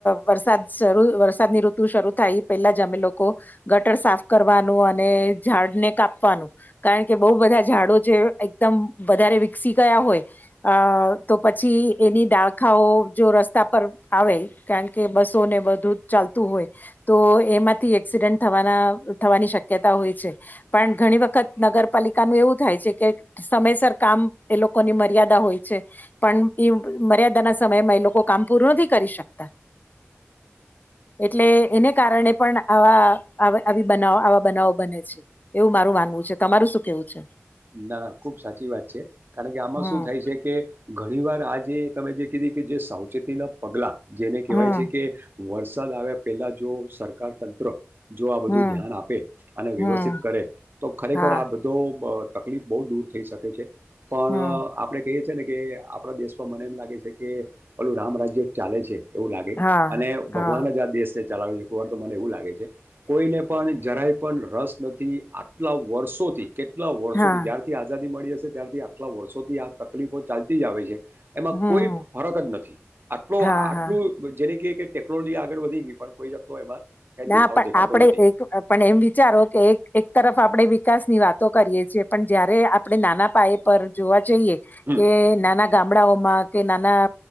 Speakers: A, on the left; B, on the right.
A: વરસાદ શરૂ વરસાદની ઋતુ શરૂ થાય પેલા જ અમે લોકો ગટર સાફ કરવાનું અને ઝાડ ને કાપવાનું કારણ કે બહુ બધા ઝાડો જે એકદમ વધારે વિકસી ગયા હોય અ તો પછી એની દાળખાઓ જો રસ્તા પર, આવે કારણ કે બસોને બધું ચાલતું હોય તો એમાંથી એક્સિડન્ટ થવાના થવાની શક્યતા હોય છે પણ ઘણી વખત નગરપાલિકાનું એવું થાય છે કે, સમયસર કામ એ લોકોની મર્યાદા હોય છે. પણ એ મર્યાદાના સમયમાં એ લોકો કામ પૂરું નથી કરી શકતા એટલે એને કારણે પણ આવા આવી બનાવ આવા બનાવો બને છે એવું મારું માનવું છે, તમારું શું કેવું છે?
B: ના ના ખુબ સાચી વાત છે કારણ કે આમાં
A: હમ
B: શું થાય છે કે ઘણી વાર આ જે તમે જે કીધી કે જે સાવચેતીના પગલા જેને કહેવાય
A: હમ
B: છે કે, વરસાદ આવ્યા પહેલાં જો સરકાર તંત્ર જો આ બધું
A: હમ
B: ધ્યાન આપે અને
A: હમ
B: વ્યવસ્થિત કરે તો ખરેખર
A: હા
B: આ બધો તકલીફ બહુ દૂર થઈ શકે છે પણ
A: હમ
B: આપણે કહીએ છીએ ને કે આપણા દેશમાં મને એમ લાગે છે કે ઓલું રામ રાજય ચાલે છે. એવું લાગે
A: હા
B: અને
A: હા
B: ભગવાન જ આ દેેશને ચલાવે છે કોક વાર તો મને એવું લાગે છે. કોઈને પણ જરાય પણ રસ નથી આટલા વર્ષોથી કેટલા વર્ષો
A: હા
B: વર્ષોથી જ્યારથી આઝાદી મળી હશે ત્યારથી આટલા વર્ષોથી તકલીફો ચાલતી જ આવે છે એમાં
A: હમ
B: કોઈ ફરક જ નથી આટલો
A: હા
B: આટલું
A: હા
B: જેને કે, કે ટેકનોલોજી આગળ વધી ગઈ પણ કોઈ જસ્તો એમાં કાંઈ
A: ના
B: દેખાવ
A: પણ
B: દેખાતો
A: આપડે
B: નથી
A: એક પણ એમ વિચારો કે એક એક તરફ આપણે વિકાસ ની વાતો કરીએ છીએ પણ જયારે આપણે નાના પાયે પર જોવા. જઈએ
B: હમ
A: કે નાના ગામડાઓમાં કે નાના